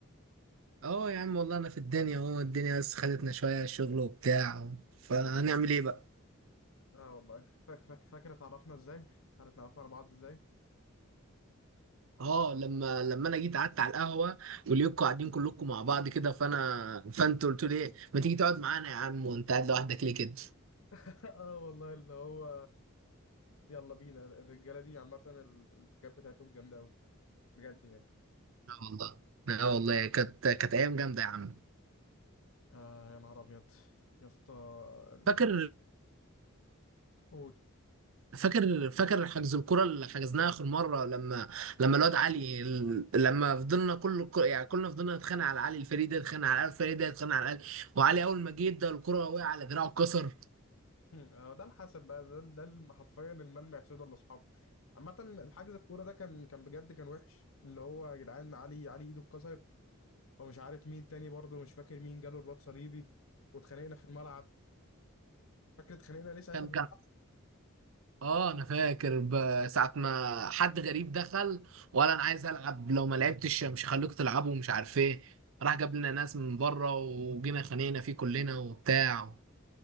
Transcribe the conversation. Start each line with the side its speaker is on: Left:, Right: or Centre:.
Right: اه يا عم والله انا في الدنيا اهو الدنيا بس خدتنا شويه شغل وبتاع فهنعمل ايه بقى
Left: اه والله فاك- فاك- فاكر اتعرفنا ازاي؟ احنا اتعرفنا على بعض ازاي؟
Right: اه لما لما انا جيت قعدت على القهوه وليكوا قاعدين كلكم مع بعض كده فانا فانت قلت لي إيه، ما تيجي تقعد معانا يا عم وانت قاعد لوحدك ليه كده
Left: <laughs> اه والله اللي هو يلا بينا الرجاله دي عامه ال- الحاجات بتاعتهم جامده قوي بجد يعني
Right: اه والله اه والله كانت كانت ايام جامده يا عم
Left: آه يا نهار ابيض يا اسطى ال-
Right: فاكر
Left: ال- قول
Right: فاكر فاكر حجز الكرة اللي حجزناها اخر مره لما لما الواد علي لما فضلنا كل يعني كلنا فضلنا نتخانق على علي الفريق ده يتخانق على علي الفريق ده يتخانق على علي وعلي اول ما جه ادى الكرة وقع على دراعه اتكسر
Left: هم، آه، ده الحسب بقى ده ده الم- حرفيا الملمع سودا لاصحابه عامة الحجز الكورة ده كان كان بجد كان وحش اللي هو يا جدعان علي علي ايده اتكسرت ومش عارف مين تاني برضه مش فاكر مين جاله رباط صليبي واتخانقنا في الملعب فاكر اتخانقنا ليه ساعتها
Right: كان
Left: في...
Right: كان اه انا فاكر ب- ساعة ما حد غريب دخل ولا انا عايز العب لو ما لعبتش مش هخليكوا تلعبوا ومش عارف ايه راح جاب لنا ناس من بره وجينا خانينا فيه كلنا وبتاع